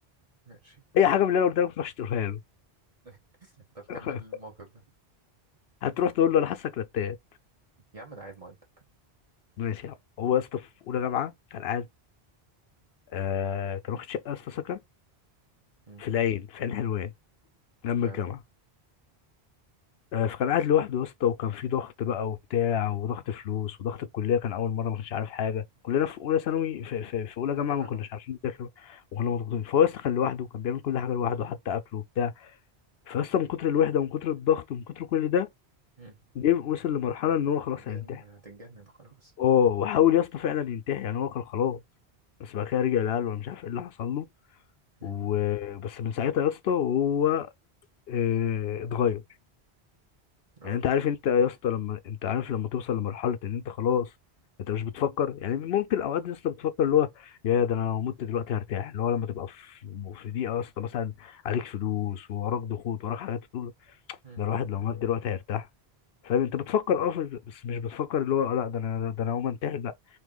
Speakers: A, on the right; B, on the left.
A: ماشي
B: اي حاجه من اللي انا قلت لك ما تروحش تقولها له
A: <laughs> طب
B: <laughs>
A: كمل الموقف ده
B: هتروح تقول له انا حاسك رتان
A: يا عم أنا قاعد مؤدب
B: ماشي يا عم هو يا اسطى في اولى جامعه كان قاعد آه كان واخد شقه يا اسطى سكن
A: مم.
B: في العين في عين حلوان جنب
A: لا
B: الجامعه آه، فكان قاعد لوحده يا اسطى وكان في ضغط بقى وبتاع وضغط فلوس وضغط الكليه كان اول مره ما كنتش عارف حاجه كلنا في اولى ثانوي في, في, في اولى جامعه
A: ولا جامعة
B: ما كناش عارفين نذاكر وكنا مضغوطين فهو يا اسطى كان لوحده وكان بيعمل كل حاجه لوحده حتى اكله وبتاع فيا اسطى من كتر الوحده ومن كتر الضغط ومن كتر كل ده
A: مم.
B: جه وصل لمرحله ان هو خلاص
A: كده
B: هينتحر
A: إن هتتجنن خلاص
B: اه وحاول يا اسطى فعلا ينتحر يعني هو كان خلاص بس بعد كده رجع لقاله انا مش عارف ايه اللي حصل له
A: مم.
B: وبس من ساعتها يا اسطى وهو آه، اتغير
A: اه
B: يعني انت عارف انت يا اسطى لما انت عارف لما توصل لمرحله ان انت خلاص انت مش بتفكر يعني ممكن اوقات يا اسطى بتفكر اللي هو يا ده انا لو مت دلوقتي هرتاح اللي هو لما تبقى في في ضيقه يا اسطى مثلا عليك فلوس ووراك ضغوط وراك حاجات تقول
A: مم.
B: ده الواحد لو مات دلوقتي هيرتاح فاهم انت بتفكر اه في- بس مش بتفكر اللي هو لا ده انا ده انا هقوم انتحر لا